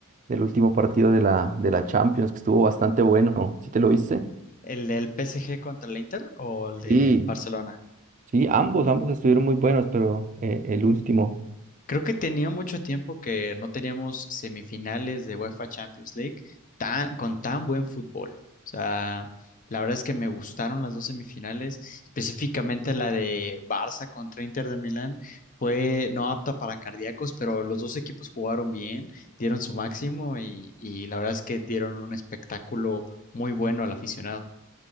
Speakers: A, on the right (about 35°); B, on the left (about 35°).
A: del último partido de la, de la Champions, que estuvo bastante bueno. ¿Sí te lo viste?
B: ¿El del PSG contra el Inter o el de
A: Sí,
B: Barcelona?
A: sí, ambos, ambos estuvieron muy buenos, pero eh, el último.
B: Creo que tenía mucho tiempo que no teníamos semifinales de UEFA Champions League tan, con tan buen fútbol. O sea, la verdad es que me gustaron las dos semifinales, específicamente la de Barça contra Inter de Milán. Fue no apta para cardíacos, pero los dos equipos jugaron bien, dieron su máximo y, y la verdad es que dieron un espectáculo muy bueno al aficionado.